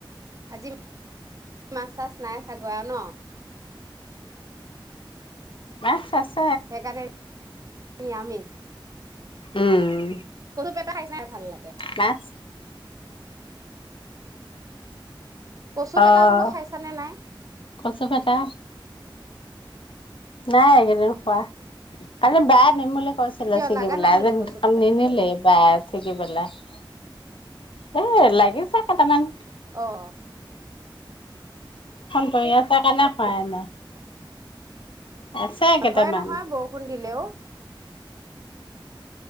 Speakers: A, on the right; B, on the left.
A: আজি মাছ- চাছ নাই চাগৰা ন
B: মাছ তাছ <unintelligible>
A: সেইকাৰণে আমি-
B: উম।
A: সৰুুপ এটা খাই চাই ভাল লাগে।
B: মাছ
A: কচু
B: অ'
A: পেটা বোলো খাইছানে নাই
B: কচু পেটা নাই এইকেইদিন খোৱা আজি বাইৰ কৈছিলে
A: কিয়
B: ছিগিবলৈ
A: লাগা নাই
B: আজি
A: নেকি কচু
B: কাম
A: পেটা
B: নিনিলে বা ছিগিবলৈ- এ লাগিছে কেইটামান-
A: অহ'
B: তই ইয়াত কাৰ কাৰণে খোৱা নাই। আছে কেইটামান
A: নৰধয় নহয় বৰষুণ দিলেওঁ।